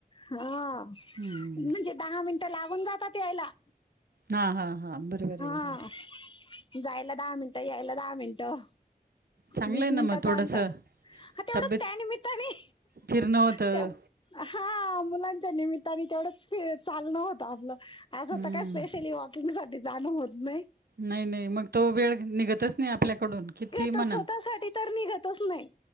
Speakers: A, on the left (about 30°); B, on the right (about 75°).
A: हा.
B: हम्म.
A: म्हणजे दहा मिनटं लागून जातात यायला.
B: हा हा हा बरोबर
A: हा
B: आहे बरोबर आहे.
A: जायला दहा मिनिटं, यायला दहा मिनिटं.
B: चांगलं
A: वीस
B: आहे
A: मिनटाच
B: ना मग थोडंसं
A: अंतर, आ तेवढं
B: तब्येत
A: त्यानिमित्ताने,
B: फिरणं होतं
A: त्या हा मुलांच्या निमित्ताने तेवढ स्पे चालण होत आपलं, आंज आता
B: हम्म.
A: काय स्पेशली वॉकिंग साठी जाणं होत नाही.
B: नाही नाही मग तो वेळ निघतच नाही आपल्याकडून किती म्हणा
A: त स्वतःसाठी तर निघतच नाही,